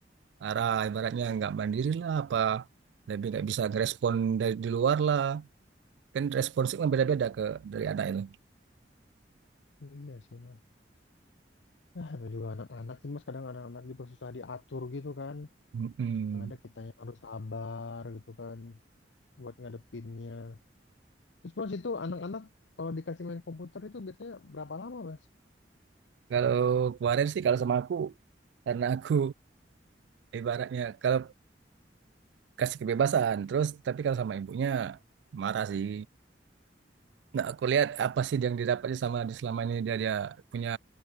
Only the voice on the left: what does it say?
iya sih mas nah namanya juga anak-anak sih mas kadang anak-anak juga susah diatur gitu kan
yang ada kita yang harus sabar gitu kan buat ngadepinnya terus mas itu anak-anak kalau dikasih main komputer itu biasanya berapa lama mas